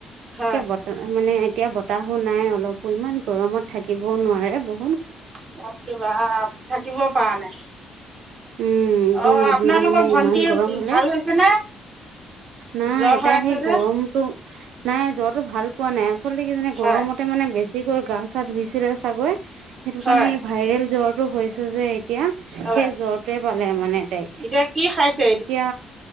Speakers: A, on the right (about 30°); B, on the right (about 80°).
A: হয়
B: বতৰ মানে এতিয়া বতাহো নাই অলপো ইমান গৰমত থাকিবও নোৱাৰে বহু
A: বাপ যে বাপ থাকিব পৰা নাই
B: উম একদম
A: অ
B: আপোনাৰ
A: আপোনালোকৰ
B: মানে
A: ভন্টি
B: ইমান গৰম হলে
A: ভাল হৈছে নে
B: নাই
A: জ্বৰ হৈ
B: টাই
A: আছে
B: সেই
A: যে
B: গৰমতটো নাই জ্বৰটো ভাল পোৱা নাই আচলতে কিজান
A: হয়
B: গৰমতে মানে বেছিকৈ গা চা ধুইছিলে চাগৈ সেইটো
A: হয়
B: কাৰণে এই ভাইৰেল জ্বৰটো হৈছে যে এতিয়া
A: হয়
B: সেই জ্বৰটোৱে পালে মানে তাইক
A: এতিয়া কি খাইছে
B: এতিয়া